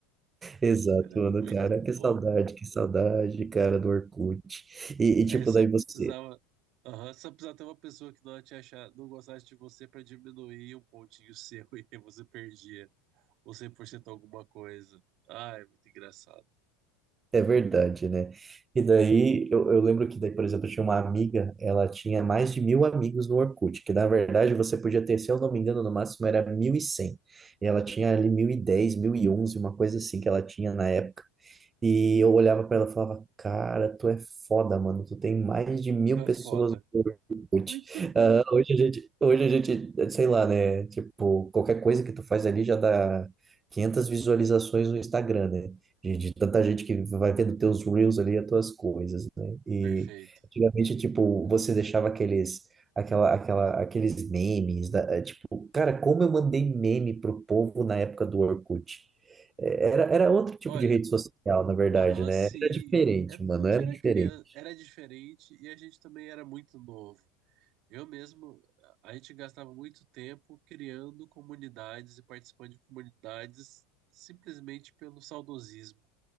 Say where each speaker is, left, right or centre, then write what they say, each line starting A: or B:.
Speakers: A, on the right; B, on the right.
A: exato,
B: Era
A: mano,
B: muito
A: cara, que
B: bom.
A: saudade, que saudade, cara, do Orkut. E,
B: Aí
A: e, tipo,
B: só
A: daí
B: precisava,
A: você,
B: Aham, só precisava ter uma pessoa que não te achar, não gostasse de você para diminuir um pontinho seu <laughs> e aí você perdia ou cem por cento alguma coisa. Ah, é muito engraçado.
A: É verdade, né? E daí, eu, eu lembro que daí, por exemplo, eu tinha uma amiga, ela tinha mais de mil amigos no Orkut, que na verdade você podia ter, se eu não me engano, no máximo era mil E cem. E ela tinha ali mil mil e dez, mil e onze, uma coisa assim que ela tinha na época. E eu olhava pra ela e falava, cara, tu é foda, mano, tu tem mais de mil
B: Tá
A: pessoas
B: foda.
A: no Orkut.
B: Muito bom.
A: Hoje a gente, hoje a gente, sei lá, né? Tipo, qualquer coisa que tu faz ali já dá 500 visualizações no Instagram, né? De, de tanta gente que vai vendo teus reels ali, as tuas coisas, né? E
B: Perfeito.
A: antigamente, tipo, você deixava aqueles, aquela, aquela, aqueles memes, da, é, tipo, cara, como eu mandei meme pro povo na época do Orkut. É, Era, era outro tipo
B: Olha,
A: de rede social, na verdade,
B: aham,
A: né?
B: sim.
A: Era diferente,
B: É porque
A: mano,
B: a gente
A: era
B: era
A: diferente.
B: criança, era diferente e a gente também era muito novo. Eu mesmo, a a gente gastava muito tempo criando comunidades e participando de comunidades simplesmente pelo saudosismo